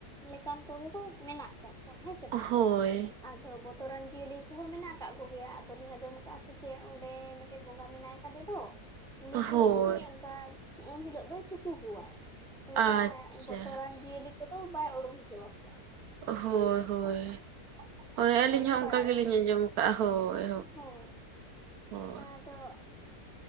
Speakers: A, in the centre; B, on the right.
A: ᱞᱮᱠᱟᱱ ᱠᱚᱜᱮ ᱠᱚ ᱢᱮᱱᱟᱜ ᱠᱟᱜ ᱠᱚᱣᱟ ᱦᱮᱸ ᱥᱮ ᱵᱟᱝᱟ?
B: ᱦᱳᱭ
A: ᱟᱫᱚ ᱵᱚᱛᱚᱨᱟᱱ ᱡᱤᱭᱟᱹᱞᱤ ᱠᱚᱦᱚᱸ ᱢᱮᱱᱟᱜ ᱠᱟᱫ ᱠᱚᱜᱮᱭᱟ ᱟᱫᱚᱞᱤᱧ ᱟᱸᱡᱚᱢ ᱠᱟᱫᱼᱟ ᱥᱮ ᱪᱮᱫ ᱚᱸᱰᱮ ᱰᱮ ᱵᱚᱸᱜᱟ ᱢᱮᱱᱟᱭ ᱠᱟᱫᱮ ᱫᱚ᱾ ᱩᱱᱤ
B: ᱦᱳᱭ
A: ᱜᱮ ᱥᱮ ᱪᱮᱫ ᱚᱝᱠᱟ, ᱩᱱ ᱦᱤᱞᱳᱜ ᱫᱚᱭ ᱪᱩᱠᱩ ᱠᱚᱣᱟᱭ᱾ ᱚᱝᱠᱟ
B: ᱟᱪᱪᱷᱟ
A: ᱵᱚᱛᱚᱨᱟᱱ ᱡᱤᱭᱟᱹᱞᱤ ᱠᱚᱫᱚ ᱵᱟᱭ ᱩᱲᱩᱝ ᱦᱚᱪᱚ ᱟᱠᱚᱣᱟᱭ᱾
B: ᱦᱳᱭ ᱦᱳᱭ᱾ ᱦᱳᱭ
A: ᱚᱱᱠᱟᱞᱤᱧ
B: ᱟᱹᱞᱤᱧ ᱦᱚᱸ ᱚᱝᱠᱟ
A: ᱵᱟᱲᱟᱭᱟ
B: ᱜᱮᱞᱤᱧ ᱟᱸᱡᱚᱢ ᱠᱟᱜᱼᱟ ᱦᱳᱭ
A: ᱦᱳᱭ
B: ᱦᱳᱭ᱾
A: ᱟᱫᱚ